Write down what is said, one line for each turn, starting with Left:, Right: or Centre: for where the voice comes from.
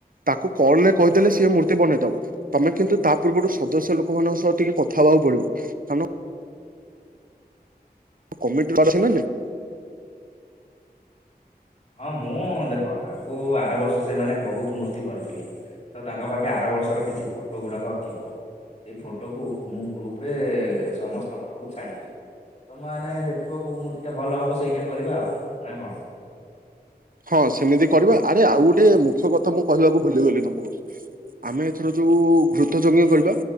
Right: ତାକୁ କଲ୍ ରେ କହିଦେଲେ ସିଏ ମୂର୍ତ୍ତି ବନେଇଦବ। ତମେ କିନ୍ତୁ ତା ପୂର୍ବରୁ ସଦସ୍ୟ ଲୋକମାନଙ୍କ ସହ ଟିକେ କଥା ହବାକୁ ପଡ଼ିବ କାରଣ କମିଟି ଅଛି ନା ନାହିଁ।
Left: ହଁ ମୁଁ ଦେଖ ତାଙ୍କୁ ଆର ବର୍ଷ ସେମାନେ ବୋହୁତୁ ମୂର୍ତ୍ତି କରିଥିଲେ। ତ ତାଙ୍କ ପାଖେ ଆର ବର୍ଷର କିଛି ଫୋଟୋ ଗୁଡ଼ାକ ଥିବ ସେଇ ଫୋଟୋକୁ ମୁଁ ଗ୍ରୁପରେ ସମସ୍ତଙ୍କ ପାଖକୁ ଛାଡ଼ିଦେବି। ତମେ ମାନେ ଦେଖିବ କୋଉ ମୂର୍ତ୍ତିଟା ଭଲ ହବ ସେଇଟା କରିବା ଆଉ ନା କଣ?
Right: ହଁ ସେମିତି କରିବା। ଆରେ ଆଉ ଗୋଟେ ମୁଖ୍ୟ କଥା ମୁଁ କହିବାକୁ ଭୁଲିଗଲି ତମୁକୁ, ଆମେ ଏଥର ଯୋଉ-ଉ-ଉ ଘୃତ ଯଜ୍ଞ କରିବା